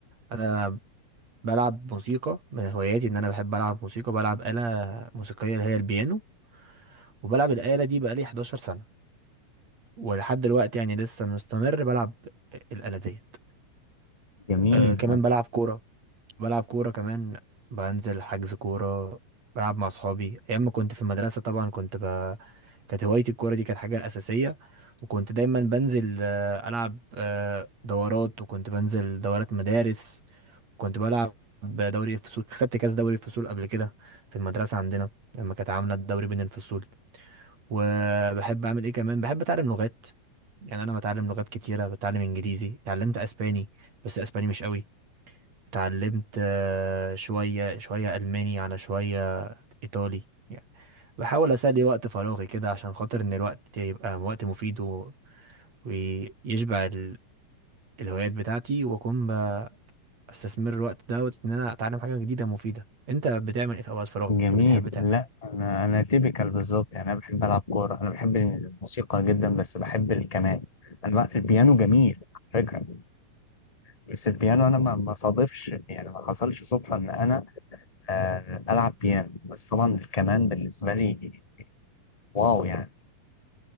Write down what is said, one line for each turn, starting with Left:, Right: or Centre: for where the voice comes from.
Right: انا بلعب موسيقى من هواياتي ان انا بحب العب موسيقى بلعب آلة موسيقيه اللي هي البيانو وبلعب الآلة دي بقالي 11 سنه ولحد دلوقتي يعني لسه مستمر بلعب الآلة ديت
Left: جميل
Right: أه كمان بلعب كوره بلعب كورة كمان بنزل حجز كورة بلعب مع صحابي أيام ما كنت في المدرسة طبعا كنت ب... كانت هوايتي الكورة دي كانت حاجة أساسية وكنت دايما بنزل آه، ألعب آه، دورات وكنت بنزل دورات مدارس كنت بلعب دوري الفصول خدت كاس دوري الفصول قبل كده في المدرسة عندنا لما كانت عاملة الدوري بين الفصول وبحب أعمل إيه كمان بحب أتعلم لغات يعني أنا بتعلم لغات كتيرة بتعلم إنجليزي اتعلمت أسباني بس أسباني مش قوي اتعلمت آه، شوية شوية ألماني على شوية إيطالي يعني بحاول أسلي وقت فراغي كده عشان خاطر إن الوقت يبقى وقت مفيد و- ويشبع ال- الهوايات بتاعتي وأكون بستثمر الوقت دوت إن أنا أتعلم حاجة جديدة مفيدة أنت بتعمل إيه في أوقات فراغك؟
Left: جميل
Right: إيه بتحب تعمله؟
Left: لا انا انا تيبيكال بالظبط يعني انا بحب العب كورة انا بحب الموسيقى جدا بس بحب الكمان انا بقى البيانو جميل على فكرة بس البيانو انا ما ما صادفش يعني ما حصلش صدفة ان انا آه، ألعب بيانو بس طبعا الكمان بالنسبة لي واو يعني